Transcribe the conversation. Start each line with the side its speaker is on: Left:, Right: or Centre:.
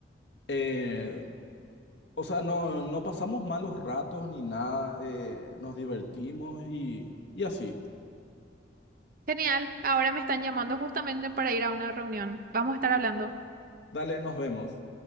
Left: Eh, o sea, no, no pasamos malos ratos ni nada, eh, nos divertimos y, y así.
Right: Genial, ahora me están llamando justamente para ir a una reunión. Vamos a estar hablando.
Left: Dale, nos vemos.